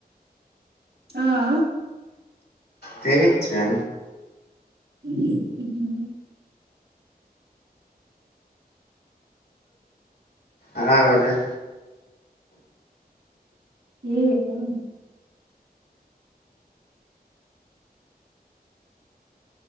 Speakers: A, on the right (about 85°); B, on the left (about 85°).
A: आँ
B: ठीक छै
A: ह
B: अहां बाजह
A: कि कहुं न